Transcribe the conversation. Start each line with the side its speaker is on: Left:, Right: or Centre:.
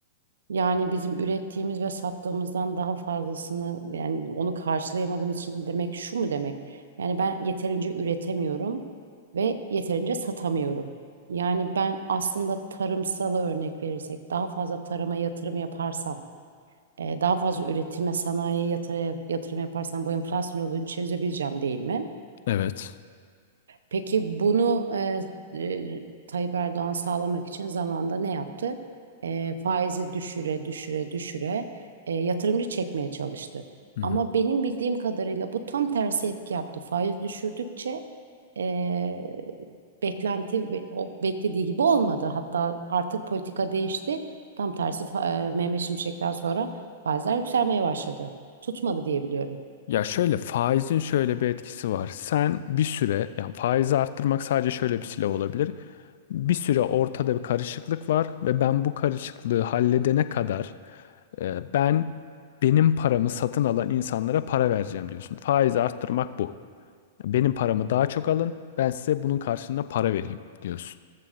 Right: Yani bizim ürettiğimiz ve sattığımızdan daha fazlasını yani onu karşılayamadığımız için demek şu mu demek? Yani ben yeterince üretemiyorum ve yeterince satamıyorum. Yani ben aslında tarımsala örnek verirsek daha fazla tarıma yatırım yaparsam e, daha fazla üretime, sanayiye yatır- yatırım yaparsam bu enflasyon olduğunu çözebileceğim değil mi?
Left: Evet.
Right: Peki bunu e, e, Tayyip Erdoğan sağlamak için zamanda ne yaptı? E, faizi düşüre düşüre düşüre e, yatırımcı çekmeye çalıştı.
Left: Hı hı.
Right: Ama benim bildiğim kadarıyla bu tam tersi etki yaptı. Faiz düşürdükçe e, beklenti ve- o beklediği gibi olmadı. Hatta artık politika değişti. Tam tersi fa- e, Mehmet Şimşek'ten sonra faizler yükselmeye başladı. Tutmadı diye biliyorum.
Left: Ya şöyle faizin şöyle bir etkisi var. Sen bir süre yani faizi arttırmak sadece şöyle bir silah olabilir. Bir süre ortada bir karışıklık var ve ben bu karışıklığı halledene kadar e, ben benim paramı satın alan insanlara para vereceğim diyorsun. Faizi arttırmak bu. Benim paramı daha çok alın. Ben size bunun karşılığında para vereyim diyorsun.